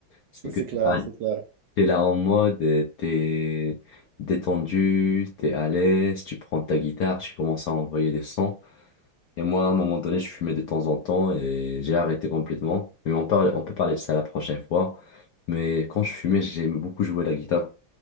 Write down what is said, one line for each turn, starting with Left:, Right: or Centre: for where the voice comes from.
Left: C'est
Right: c'est
Left: que
Right: clair,
Left: t'as-
Right: c'est clair.
Left: t'es là en mode, euh, t'es détendu, t'es à l'aise, tu prends ta guitare, tu commences à envoyer des sons. Et moi, à un moment donné, je fumais de temps en temps et j'ai arrêté complètement. Mais on parle, on peut parler de ça la prochaine fois. Mais quand je fumais, j'aimais beaucoup jouer la guitare.